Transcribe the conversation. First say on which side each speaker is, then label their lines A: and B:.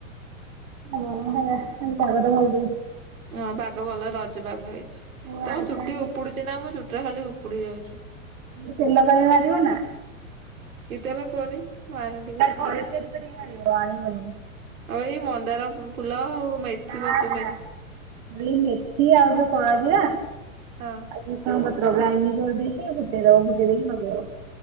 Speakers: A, on the right; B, on the right.
A: ଗରମ ଖାଇବା ଆଜି ପାଗ ଟା ଭଲ ଦେଇଚି।
B: ହଁ ପାଗ ଭଲ ରଜ ପାଗ ହେଇଚି।
A: ମୁଁ
B: ତମ
A: ଆଇଁଷ
B: ଚୁଟି
A: ଫାଇଁଷ
B: ଉପୁଡୁଚି ନା ମୋ ଚୁଟିରା ଖାଲି ଉପୁଡି ଯାଉଚି।
A: ତେଲ କାଇଁ ମାରିବ ନା।
B: କେତେ ହେଲା କୁହନି? <unintelligible> ଟିକେ
A: ତା ଘରେ ତିଆରି କରିକି ମାରିବ ଆଣିବନି।
B: ଆଉ ଏଇ ମନ୍ଦାର ଫୁଲ ଆଉ। ମେଥି
A: ନା
B: ପତ୍ର
A: ନା
B: ମେ
A: ଏଇ ମେଥି ଆଉ ଯୋଉ କଳା ଜିରା।
B: ହଁ।
A: ଆଉ ଭୃସଙ୍ଗ ପତ୍ର ଗ୍ରାଇଣ୍ଡିଙ୍ଗ କରି ଦେଇକି ଫୁଟେଇ ଦବ ଫୁଟେଇଦେଇକି ଲଗେଇବ।